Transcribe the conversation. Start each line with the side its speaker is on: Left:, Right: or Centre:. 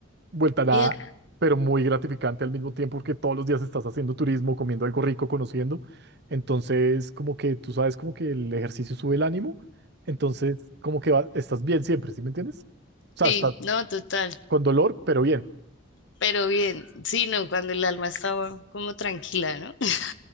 Right: vuelta a nada,
Left: Y de-
Right: pero muy gratificante al mismo tiempo porque todos los días estás haciendo turismo, comiendo algo rico, conociendo. Entonces, como que tú sabes, como que el ejercicio sube el ánimo. Entonces, como que va- estás bien siempre, ¿sí me entiendes? O sea,
Left: sí,
Right: estás
Left: no, total.
Right: con dolor, pero bien.
Left: Pero bien, sí, no, cuando el alma estaba como tranquila, ¿no? <laughs>